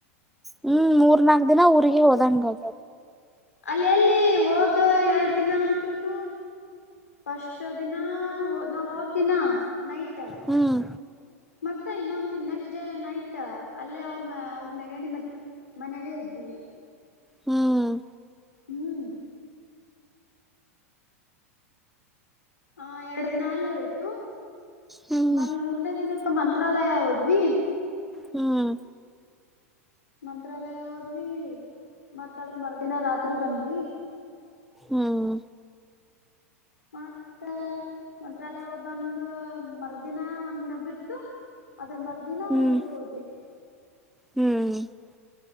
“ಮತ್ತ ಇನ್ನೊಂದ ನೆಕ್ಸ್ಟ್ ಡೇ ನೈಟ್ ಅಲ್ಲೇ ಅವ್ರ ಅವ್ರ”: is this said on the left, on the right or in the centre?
Left